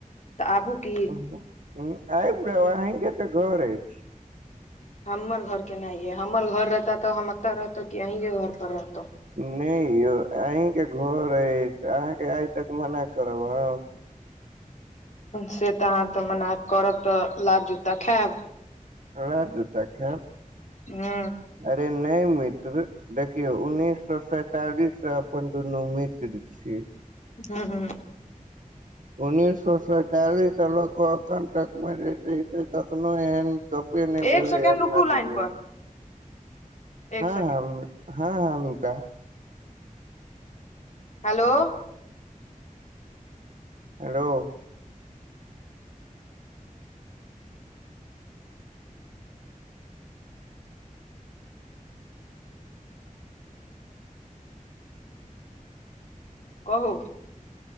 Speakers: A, on the left; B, on the right.
A: तऽ आबू की
B: हूँ हूँ आईब जाव अीही के तऽ घर एछ
A: हमर घर केनायै हमर घर रहता तऽ हम एतऽ रहतौ कि अहींके घर पर रहतौ
B: नै यौ अहींके घर अछि अहाँके आइ तक मना करब हम
A: से तऽ अहाँ तऽ मना करब तऽ लात जूता खायब,
B: अरा जुता खा
A: हा
B: अरे नहि मित्र देखियौ उन्नीस सए सैतालिस से अपन दुनू मित्र छी,
A: हू।
B: उन्ननीस सए सैतालिस अल को अख तक मे कखनो एहन गपे नहि भेल
A: एक सेकेंड
B: रहे अपना
A: रुकू
B: दुन
A: लाइन पर एक
B: हँ
A: सेकेंड
B: हँ ह अिका
A: हेलो।
B: हेलो।
A: कहू